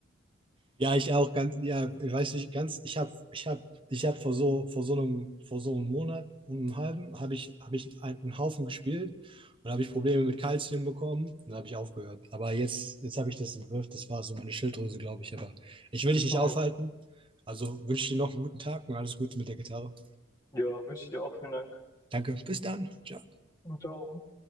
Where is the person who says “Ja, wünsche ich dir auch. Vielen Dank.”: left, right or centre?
Left